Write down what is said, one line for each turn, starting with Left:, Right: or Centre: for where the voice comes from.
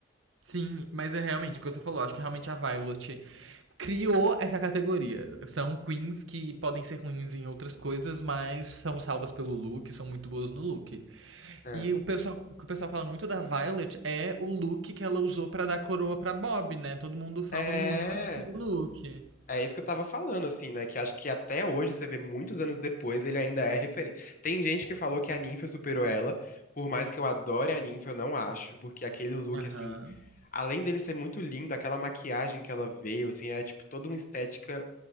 Right: Sim, mas é realmente o que você falou. Acho que realmente a Violet criou essa categoria. São queens que podem ser ruins em outras coisas, mas são salvas pelo look, são muito boas no look.
Left: É.
Right: E o pessoal, o que o pessoal fala muito da Violet é o look que ela usou pra dar coroa pra Bob, né? Todo mundo fala
Left: É.
Right: muito do look.
Left: É isso que eu tava falando, assim, né? Que acho que até hoje, você vê muitos anos depois, ele ainda é referente. Tem gente que falou que a Ninfa superou ela, por mais que eu adore a Ninfa, eu não acho, porque aquele look,
Right: Aham.
Left: assim, além dele ser muito lindo, aquela maquiagem que ela veio, assim, é tipo toda uma estética.